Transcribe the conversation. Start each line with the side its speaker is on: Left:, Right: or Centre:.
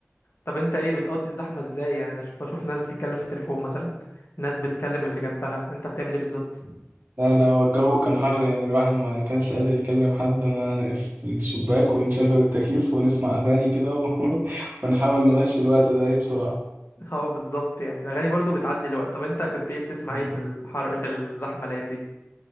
Left: طب انت ايه بتقضي الزحمه ازاي يعني انا ش- بشوف ناس بتتكلم في التليفون مثلا ناس بتكلم اللي جنبها انت بتعمل ايه بالظبط
Right: لا لا هو الجو كان حر يعني الواحد ما كانش قادر يكلم حد ما نقفل الشباك ونشغل التكييف ونسمع اغاني كده و... <laughs> ونحاول نمشي الوقت ده ايه بسرعه
Left: <laughs> اه بالظبط يعني الاغاني برضو بتعدي الوقت طب انت كنت ايه بتسمع
Right: مم.
Left: ايه في الحر في الزحمه الايام دي